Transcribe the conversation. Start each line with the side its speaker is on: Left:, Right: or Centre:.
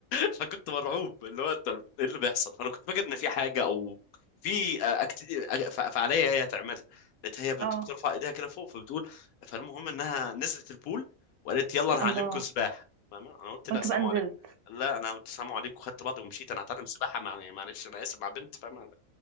Left: فكنت مرعوب اللي هو انت ايه اللي بيحصل انا كنت فاكر ان في حاجه او في آه، أكت... آه، ف- فعاليه هي هتعملها لقيت هي بت-
Right: اه
Left: بترفع ايديها كده فوق فبتقول فالمهم انها نزلت البول وقالت يلا انا
Right: الله
Left: هعلمكم سباحه فاهمة؟ انا قلت لا
Right: وانت
Left: سلام
Right: بقى نزلت
Left: عليكم قال لا انا قلت سلام عليكم وخدت بعضي ومشيت انا هتعلم سباحه مع يعني معلش انا اسف مع بنت فاهمه